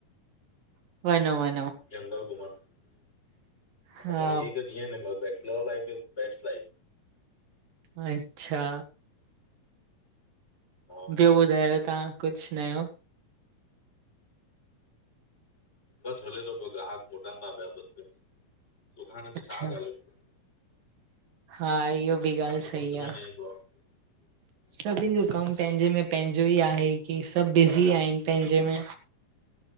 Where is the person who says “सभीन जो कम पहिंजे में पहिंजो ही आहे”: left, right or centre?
Right